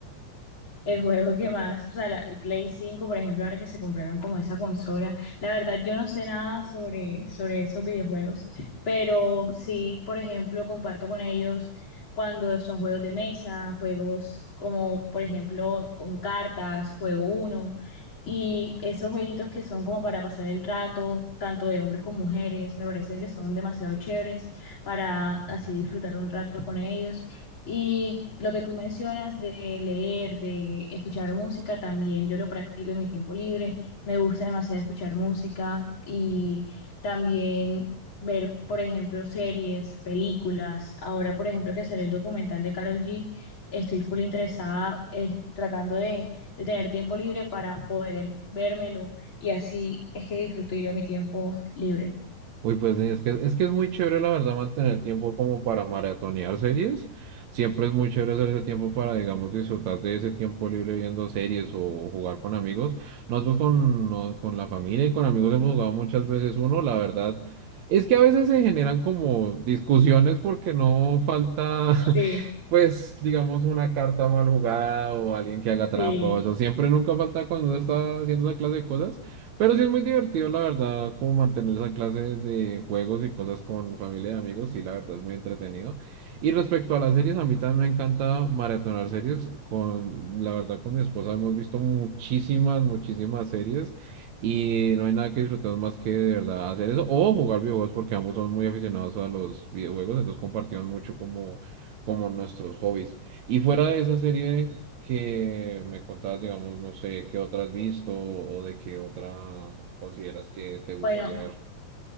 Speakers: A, on the left; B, on the right.
A: el juego que más, o sea, la- el Play 5, por ejemplo, ahora que se compraron como esa consola, la verdad yo no sé nada sobre, sobre esos videojuegos, pero sí, por ejemplo, comparto con ellos cuando son juegos de mesa, juegos como, por ejemplo, con cartas, juego uno, y esos jueguitos que son como para pasar el rato, tanto de hombres como mujeres, me parece que son demasiado chéveres para así disfrutar un rato con ellos. Y lo que tú mencionas de leer, de escuchar música, también yo lo practico en mi tiempo libre. Me gusta demasiado escuchar música y también ver, por ejemplo, series, películas. Ahora, por ejemplo, que salió el documental de Carol G, estoy full interesada, eh, tratando de, de tener tiempo libre para poder vérmelo y así es que disfruto yo mi tiempo libre.
B: Uy, pues es que, es que es muy chévere, la verdad, mantener tiempo como para maratonear series. Siempre es muy chévere hacer ese tiempo para, digamos, disfrutar de ese tiempo libre viendo series o jugar con amigos. Nosotros con, no- con la familia y con amigos hemos jugado muchas veces uno, la verdad. Es que a veces se generan como discusiones porque no falta, <laughs>
A: Sí,
B: pues, digamos, una carta mal jugada o alguien que haga trampa
A: sí.
B: o eso. Siempre nunca falta cuando uno está haciendo esa clase de cosas. Pero sí es muy divertido, la verdad, como mantener esa clase de juegos y cosas con familia y amigos, sí, la verdad es muy entretenido. Y respecto a las series, a mí también me encanta maratonar series. Con, la verdad, con mi esposa hemos visto muchísimas, muchísimas series y no hay nada que disfrutemos más que de verdad hacer eso o jugar videojuegos porque ambos son muy aficionados a los videojuegos, entonces compartimos mucho como, como nuestros hobbies. Y fuera de esa serie que me contabas, digamos, no sé, qué otra has visto o de qué otra consideras que te gustaría
A: Bueno,
B: ver.